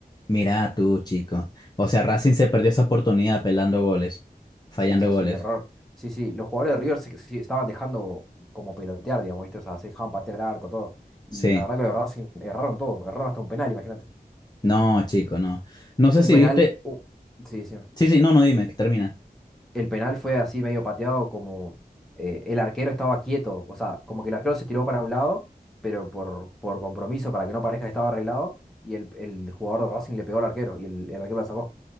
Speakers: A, on the left (about 25°); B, in the centre.
A: Mira tú, chico. O sea, Racing se perdió esa oportunidad pelando goles, fallando
B: Sí, sí,
A: goles.
B: sí, error. Sí, sí, los jugadores de River se, sí, estaban dejando como pelotear, digamos, ¿viste? O sea, se dejaban patear el arco, todo. Y
A: Sí.
B: la verdad que los de Racing erraron todo. Erraron hasta un penal, imagínate.
A: No, chico, no. No sé
B: Un
A: si
B: penal.
A: viste.
B: u- Sí, sí.
A: Sí, sí, no, no, dime, termina.
B: el penal fue así medio pateado, como eh, el arquero estaba quieto, o sea, como que el arquero se tiró para un lado, pero por, por compromiso, para que no parezca que estaba arreglado, y el, el jugador de Racing le pegó al arquero y el, el arquero la sacó.